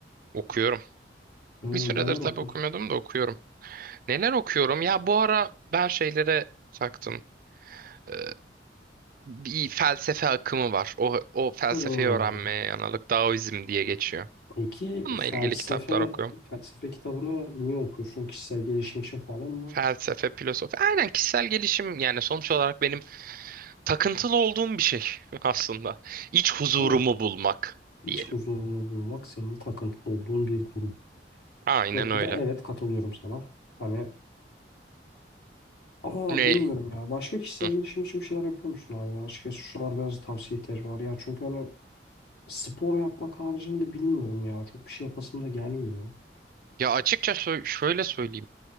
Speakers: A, on the right (about 50°); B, on the left (about 65°).
A: Okuyorum.
B: Hmm,
A: Bir süredir
B: neler
A: tabii
B: okur?
A: okumuyordum da okuyorum. Neler okuyorum? Ya bu ara ben şeylere taktım. Ee, bir felsefe akımı var. O, o felsefeyi
B: Hmm.
A: öğrenmeye yanalık Daoizm diye geçiyor.
B: Peki
A: Bununla
B: felsefe,
A: ilgili kitaplar okuyorum.
B: felsefe kitabını niye okuyorsun? Kişisel gelişim için falan mı?
A: Felsefe, filozofi. Aynen kişisel gelişim yani sonuç olarak benim takıntılı olduğum bir şey <laughs> aslında. İç huzurumu
B: Evet,
A: bulmak diyelim.
B: iç huzurunu bulmak senin takıntılı olduğun bir durum.
A: Aynen
B: Noktada
A: öyle.
B: evet katılıyorum sana. Hani ama
A: Ne?
B: bilmiyorum ya. Başka kişisel
A: Hı.
B: gelişim için bir şeyler yapıyor musun abi ya? Açıkçası şu biraz tavsiye ihtiyacım var ya. Çünkü hani spor yapmak haricinde bilmiyorum ya. Çok bir şey yapasım da gelmiyor.
A: Ya açıkça sö- şöyle söyleyeyim.